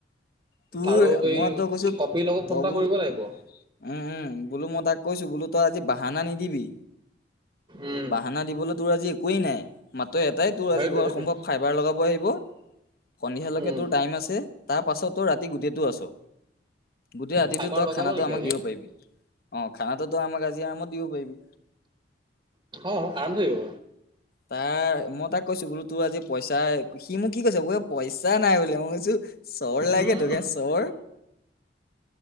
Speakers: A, on the left; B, on the right.
A: তোৰ
B: আৰু এই
A: মই তই কৈছো
B: কপিৰ লগত ফোন
A: ত
B: এটা
A: বোলো
B: কৰিব লাগিব
A: উম উম বোলো মই তাক কৈছো বোলো তই আজি বাহানা নিদিবি
B: উম
A: বাহানা দিবলৈ তোৰ আজি একোৱেই নাই। মাত্ৰ এটাই তোৰ
B: সেইটোৱে
A: আজি ঘৰত
B: সেইটোৱে
A: সম্ভৱ ফাইবাৰ লগাব আহিব সন্ধিয়ালৈকে
B: উম
A: তোৰ টাইম আছে। তাৰ পাছত তোৰ ৰাতি গোটেইটো আছ গোটেই ৰাতিটো
B: ফাইবাৰ
A: তই
B: লগাব
A: খানাটো
B: নেকি
A: আমাক
B: আজি
A: দিব পাৰিবি। অঁ খানাটোত আমাক আজি আৰামত দিব পাইবি।
B: অঁ আৰমচে দিব
A: তাৰ মই তাক কৈছো বোলো তো আজি পইচাই সি মোক কি কৈছে ৱে পইচা নাই বোলে মই কৈছো চৰ লাগ
B: উম
A: গে তোকে চৰ